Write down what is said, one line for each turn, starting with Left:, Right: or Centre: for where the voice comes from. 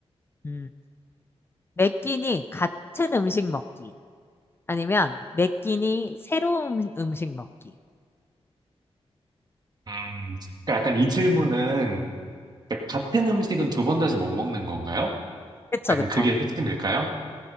Left: 음, 매 끼니 같은 음식 먹기. 아니면 매 끼니 새로운 음- 음식 먹기.
Right: 음, 그러니까 약간 이 질문은 그러니까 같은 음식은 두 번 다시 못 먹는 건가요?
Left: 그쵸,
Right: 약간
Left: 그쵸.
Right: 그게 핵심일까요?